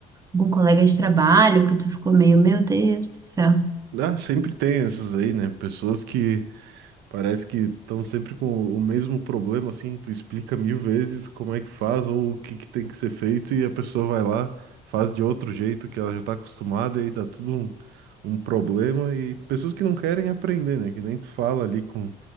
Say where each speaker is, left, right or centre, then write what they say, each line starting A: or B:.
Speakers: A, on the right; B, on the right.
A: algum colega de trabalho que tu ficou meio, meu Deus do céu.
B: Ah, sempre tem essas aí, né? Pessoas que parece que estão sempre com o mesmo problema, assim, tu explica mil vezes como é que faz ou o que que tem que ser feito e a pessoa vai lá, faz de outro jeito que ela já tá acostumada e aí dá tudo um, um problema e pessoas que não querem aprender, né? Que nem tu fala ali com